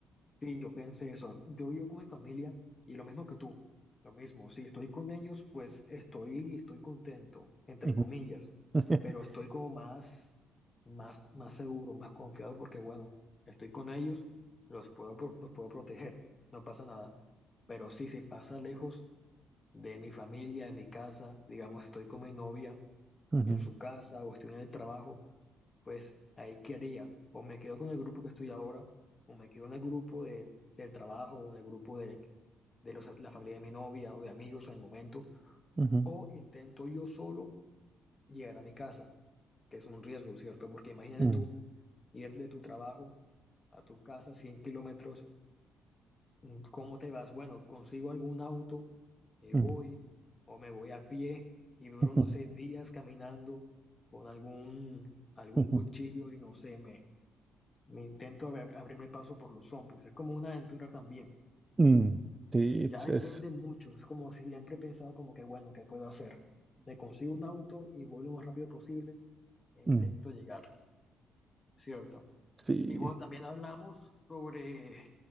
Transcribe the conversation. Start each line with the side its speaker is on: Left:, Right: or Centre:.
Left: Sí, yo pensé eso. Yo vivo con mi familia y lo mismo que tú. Lo mismo, si estoy con ellos, pues estoy, estoy contento, entre
Right: Ujú.
Left: comillas,
Right: <laughs>
Left: pero estoy como más, más, más seguro, más confiado porque, bueno, estoy con ellos, los puedo, pro- los puedo proteger, no pasa nada. Pero sí, si pasa lejos de mi familia, de mi casa, digamos, estoy con mi novia
Right: Ujú.
Left: en su casa o estoy en el trabajo, pues ahí qué haría. O me quedo con el grupo que estoy ahora, o me quedo en el grupo de, del trabajo, o en el grupo de, de los- la familia de mi novia o de amigos en el momento,
Right: Ujú.
Left: o intento yo solo llegar a mi casa, que es un riesgo, ¿cierto? Porque imagínate
Right: Mm.
Left: tú ir de tu trabajo a tu casa 100 kilómetros, mm, ¿cómo te vas? Bueno, consigo algún auto y
Right: Mm.
Left: voy, o me voy a pie y
Right: <laughs>
Left: duro,
Right: Ujú.
Left: no sé, días caminando con algún, algún
Right: Ujú.
Left: cuchillo y no sé, me Me intento ab- abrirme paso por los zombies. Es como una aventura también.
Right: Mm. Sí,
Left: Ya
Right: es...
Left: depende
Right: es-
Left: mucho. Es como siempre he pensado como que, bueno, ¿qué puedo hacer? Me consigo un auto y voy lo más rápido posible e intento
Right: Ujú. Mm.
Left: llegar, ¿cierto?
Right: Sí.
Left: Y bueno, también hablamos sobre,